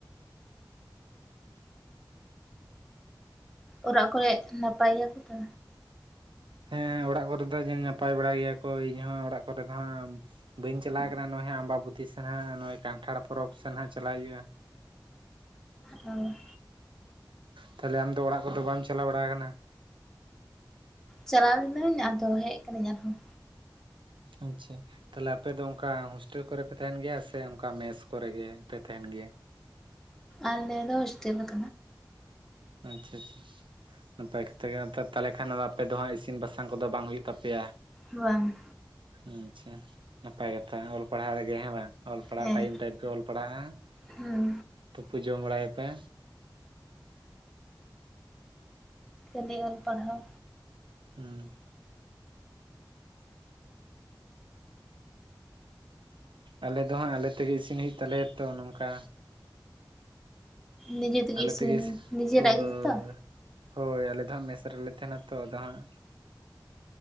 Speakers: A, in the centre; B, on the right (about 85°).
A: ᱚᱨᱟᱜ ᱠᱚᱨᱮᱜ ᱱᱟᱯᱟᱭ ᱜᱮᱭᱟᱠᱚ ᱛᱚ?
B: ᱦᱮᱸ, ᱚᱲᱟᱜ ᱠᱚᱨᱮ ᱫᱚ ᱡᱟ ᱱᱟᱯᱟᱭ ᱵᱟᱲᱟ ᱜᱮᱭᱟ ᱠᱚ ᱤᱧ ᱦᱚᱸ ᱚᱲᱟᱜ ᱠᱚᱨᱮ ᱫᱚ ᱦᱟᱸᱜ ᱵᱟᱹᱧ ᱪᱟᱞᱟᱣ ᱠᱟᱱᱟ ᱱᱚᱜᱼᱚᱭ ᱟᱢᱵᱟᱵᱩᱛᱤ ᱥᱮᱱ ᱦᱟᱸᱜ ᱱᱚᱜᱼᱚᱭ ᱠᱟᱱᱴᱷᱟᱲ ᱯᱚᱨᱚᱵᱽ ᱥᱮᱱ ᱦᱟᱜ ᱪᱟᱞᱟᱜ ᱦᱩᱭᱩᱜᱼᱟ᱾
A: ᱦᱳᱭ᱾
B: ᱛᱟᱦᱚᱞᱮ ᱟᱢᱫᱚ ᱚᱲᱟᱜ ᱠᱚ ᱫᱚ ᱵᱟᱢ ᱪᱟᱞᱟᱣ ᱵᱟᱲᱟ ᱟᱠᱟᱱᱟ?
A: ᱪᱟᱞᱟᱣ ᱞᱤᱱᱟᱹᱧ ᱟᱫᱚ ᱦᱮᱡ ᱠᱟᱹᱱᱟᱹᱧ ᱟᱨᱦᱚᱸ᱾
B: ᱟᱪᱪᱷᱟ᱾ ᱛᱟᱦᱚᱞᱮ ᱟᱯᱮ ᱫᱚ ᱚᱱᱠᱟ ᱦᱳᱥᱴᱮᱞ ᱠᱚᱨᱮ ᱯᱮ ᱛᱟᱦᱮᱱ ᱜᱮᱭᱟ ᱥᱮ ᱚᱱᱠᱟ ᱢᱮᱥ ᱠᱚᱨᱮ ᱜᱮ ᱯᱮ ᱛᱟᱦᱮᱱ ᱜᱮᱭᱟ?
A: ᱟᱞᱮ ᱫᱚ ᱦᱚᱥᱴᱮᱞ <unintelligible>
B: ᱟᱪᱪᱷᱟ ᱟᱪᱪᱷᱟ᱾ ᱱᱟᱯᱟᱭ ᱠᱟᱛᱷᱟ ᱜᱮ, ᱛᱟᱦᱚᱞᱮ ᱠᱷᱟᱱ ᱟᱯᱮ ᱫᱚ ᱦᱟᱸᱜ ᱤᱥᱤᱱ ᱵᱟᱥᱟᱝ ᱠᱚᱫᱚ ᱵᱟᱝ ᱦᱩᱭᱩᱜ ᱛᱟᱯᱮᱭᱟ?
A: ᱵᱟᱝ᱾
B: ᱟᱪᱪᱷᱟ, ᱱᱟᱯᱟᱭ ᱠᱟᱛᱷᱟ ᱚᱞ ᱯᱟᱲᱦᱟᱣ ᱨᱮᱜᱮ ᱦᱮᱸ ᱵᱟᱝ? ᱚᱞ ᱯᱟᱲᱦᱟᱣ
A: ᱦᱮᱸ
B: ᱴᱟᱭᱤᱢ ᱴᱟᱭᱤᱢ ᱚᱞ ᱯᱟᱲᱟᱜ
A: ᱦᱩᱸ
B: ᱛᱩᱯᱩ ᱡᱚᱢ ᱵᱟᱲᱟᱭᱟᱯᱮ
A: <unintelligible> ᱚᱞ ᱯᱟᱲᱦᱟᱣ
B: ᱦᱩᱸ᱾ ᱟᱞᱮ ᱫᱚ ᱦᱟᱸᱜ ᱟᱞᱮ ᱛᱮᱜᱮ ᱤᱥᱤᱱ ᱦᱩᱭᱩᱜ ᱛᱟᱞᱮᱭᱟ ᱛᱚ ᱱᱚᱝᱠᱟ
A: ᱱᱤᱡᱮ ᱛᱮᱜᱮ
B: ᱟᱞᱮ
A: ᱤᱥᱤᱱ
B: ᱛᱮᱜᱤᱥ
A: ᱱᱤᱡᱮᱨᱟᱜ
B: ᱦᱳᱭ
A: ᱜᱮ ᱡᱚᱛᱚ
B: ᱦᱳᱭ ᱟᱞᱮ ᱫᱚ ᱦᱟᱸᱜ ᱢᱮᱥ ᱨᱮᱞᱮ ᱛᱟᱦᱮᱱᱟ ᱛᱚ ᱟᱫᱚ ᱦᱟᱸᱜ